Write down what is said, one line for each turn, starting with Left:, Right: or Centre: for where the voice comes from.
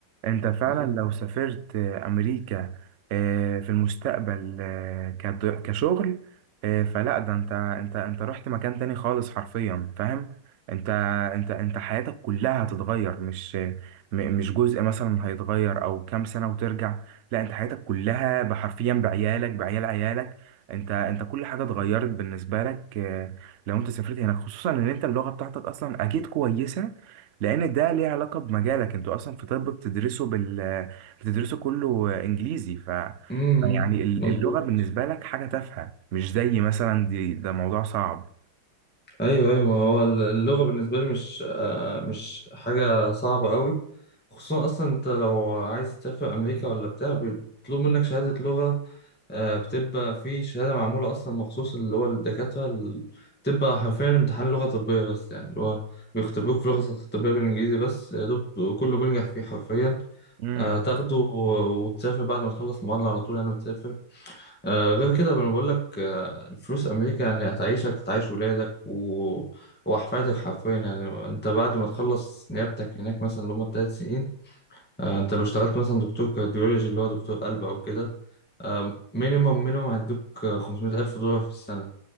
Right: انت فعلا
Centre: مم،
Right: لو سافرت امريكا آه، في المستقبل آه، كد- كشغل آه، فلا ده انت انت انت رحت مكان تاني خالص حرفيا فاهم انت انت انت حياتك كلها هتتغير مش م- مش جزء مثلا هيتغير او كام سنة وترجع لا انت حياتك كلها بحرفيا بعيالك بعيال عيالك انت انت كل حاجة اتغيرت بالنسبة لك آه، لو انت سافرت هناك خصوصا ان انت اللغة بتاعتك اصلا اكيد كويسة لان ده ليه علاقه بمجالك انتوا اصلا في طب بتدرسوا بال بتدرسوا كله انجليزي ف
Centre: مم، مم،
Right: يعني ال-
Centre: مظبوط
Right: اللغه بالنسبه لك حاجه تافهه مش زي مثلا دي ده موضوع صعب
Centre: ايوه ايوه ما هو اللغه بالنسبه لي مش آه، مش حاجه صعبه قوي خصوصا اصلا انت لو عايز تسافر امريكا ولا بتاع بيطلب منك شهاده لغه آه، بتبقى في شهاده معموله اصلا مخصوص اللي هو الدكاتره ال- بتبقى حرفيا امتحان لغه طبيه بس يعني اللي هو بيختبروك في اللغه الطبيه بالانجليزي بس يا دوب كله بينجح فيه حرفيا
Right: امم
Centre: آه، تاخده وتسافر بعد ما تخلص المعادله على طول يعني وتسافر آه، غير كده انا بقول لك آه، الفلوس امريكا يعني هتعيشك وتعيش ولادك و... واحفادك حرفيا يعني انت بعد ما تخلص نيابتك هناك مثلا اللي هم الثلاث سنين آه، انت لو اشتغلت مثلا دكتور كارديولوجي اللي هو دكتور قلب او كده مينيمم مينيمم هيدوك 500000 دولار في السنه